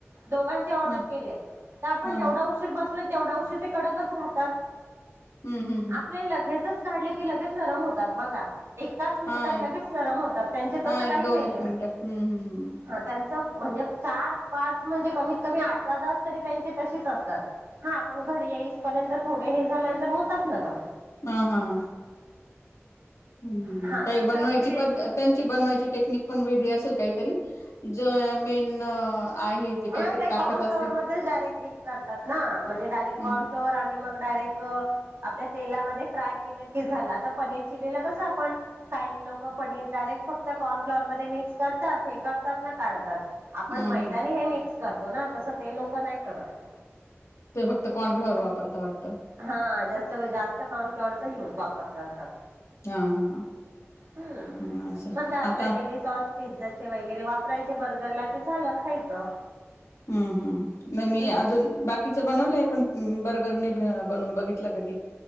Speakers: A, on the right; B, on the left.
A: दोघांचे ऑर्डर
B: ह
A: केले तर आपण
B: हा
A: जेवढा उशीर बस तेवढ्या उशीर ते कडकच राहतात.
B: हम्म हम्म हम्म
A: आपले लगेचच काढले की लगेच नरम होतात बघा एकाच मिनिटात
B: हा एक
A: लगेच गरम होतात त्यांचे
B: हा
A: तसं
B: एक
A: काही
B: दोन
A: नाही
B: एक
A: आहे
B: मिनिटं हम्म हम्म हम्म
A: हा त्यांच म्हणजे चार, पाच म्हणजे कमीत कमी अर्धा तास तरी त्यांचे तसेच असतात हा आपण घरी येईस पर्यंत थोडे हे झाल्यानंतर होतात नरम.
B: हा हा हा हम्
A: हा
B: काही
A: तसे
B: बनवायची
A: आपली रेसिपी
B: पण त्यांची बनवायची टेक्निक पण वेगळी असेल काहीतरी मेन जे
A: नाही
B: काहीतरी
A: ते
B: टाकत
A: कॉन
B: असेल
A: फ्लोरमध्येचडयरेक्ट डीप करतात ना म्हणजे डायरेक्ट
B: हम्म
A: कॉर्न फ्लोर आणि मग डायरेक् द आपल्या तेलामध्ये फ्राय केलं की झालं तर पनीर चिलीला कसं आपण काही लोक पनीर डायरेक्ट फक्त कॉर्न फ्लॉअर मध्ये मिक्स करतात हे करतात ना काढतात आपण
B: हम्म
A: मैदानी
B: हम्म
A: हे मिक्स करतो ना तसं ते लोक नाही करत
B: ते फक्त कॉन फ्लॉवर वापरता वाटत
A: हा जास्त व जास्त कामच्यावरचाज वापर करतात
B: हा हा
A: हम्
B: हम्म असं
A: मग का आपल्या
B: आता
A: डेली सॉस पिझ्झाचे वगैरे वापर फरायचे बर्गरला की झालं खायचं
B: हम्म हम्म नाही मी
A: हम्म
B: अजून बाकीच बनवलंय पण बर्गरने बनून बघितला कधी